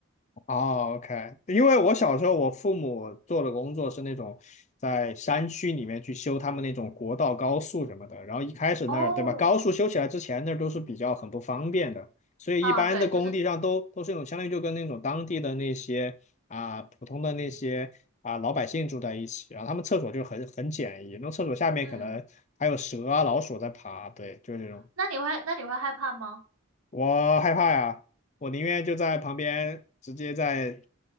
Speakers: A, on the left; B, on the right.
A: 哦，OK，因为我小时候我父母做的工作是那种在山区里面去修他们那种国道、高速什么的，然后一开始那儿，
B: 哦，
A: 对吧？高速修起来之前那儿都是比较很不方便的，所以一般的工地上都都是那种相当于就跟那种当地的那些啊普通的那些啊老百姓住在一起，
B: 啊，对，就是
A: 然后他们厕所就很很简易，那厕所下面可能还有蛇啊、
B: 嗯，
A: 老鼠在爬，对，就是这种。
B: 那你会那你会害怕吗？
A: 我害怕呀，我宁愿就在旁边直接在